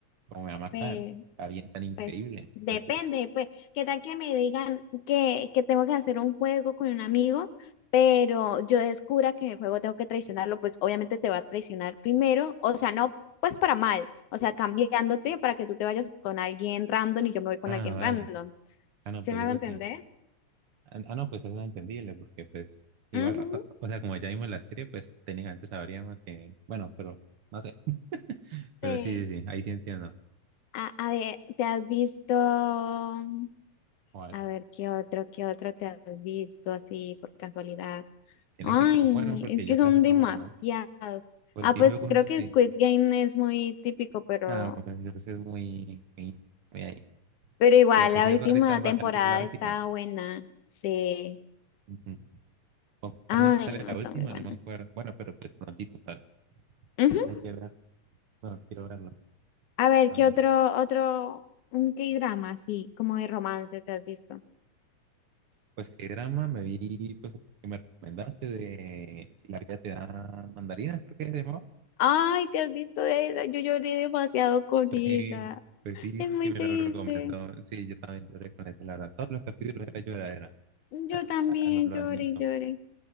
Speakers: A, on the right; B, on the left.
A: ¿cómo me va a matar?
B: eh,
A: Alguien tan increíble.
B: pues, depende,
A: Mentira.
B: pues, ¿qué tal que me digan que, que tengo que hacer un juego con un amigo, pero yo descubra que en el juego tengo que traicionarlo? Pues obviamente te va a traicionar primero, o sea, no, pues para mal, o sea, cambiándote para que tú te vayas con alguien random y yo me voy con
A: Ah,
B: alguien
A: vale.
B: random.
A: Ah, no,
B: ¿Sí
A: pues
B: me va a
A: eso
B: entender?
A: sí. Ah, ah, no, pues eso es entendible, porque pues igual,
B: Ujú.
A: o o- o sea, como ya vimos la serie, pues técnicamente sabríamos que, bueno, pero no sé. Pero
B: Sí.
A: sí, sí, sí, ahí sí entiendo.
B: A, a ver, ¿te has visto? A
A: Joder,
B: ver, ¿qué otro, qué otro te has visto así por casualidad?
A: tienen
B: Ay,
A: que ser buenos porque
B: es que
A: yo
B: son
A: casi no
B: demasiados.
A: veo Pues
B: Ah,
A: dime
B: pues
A: uno,
B: creo que
A: sí.
B: Squid Game es muy típico, pero,
A: No, pues ese es muy, muy, muy ahí.
B: pero igual,
A: Que por
B: la
A: cierto,
B: última
A: ahorita va
B: temporada
A: a salir la última.
B: está buena. Sí.
A: Ujú. ¿Cu-
B: Ay,
A: ¿Cuándo es que sale
B: no,
A: la
B: está
A: última?
B: muy buena.
A: No me acuerdo. Bueno, pero pues prontito sale.
B: Ujú.
A: Hay que verlo. Bueno, quiero verlo.
B: A ver,
A: A
B: ¿qué
A: ver.
B: otro, otro, un K-drama así, como de romance te has visto?
A: Pues qué drama me vi, pues ese que me recomendaste de si la vida te da mandarinas, creo que se llamaba.
B: Ay, te has visto esa, yo lloré demasiado con
A: Pues
B: esa.
A: sí, pues sí,
B: Es
A: sí
B: muy
A: me
B: triste.
A: lo recomendó. Sí, yo también lloré con ese, la verdad. Todos los capítulos era lloradera.
B: Yo
A: Ah,
B: también
A: ah, Lo, lo
B: lloré
A: admito.
B: y lloré.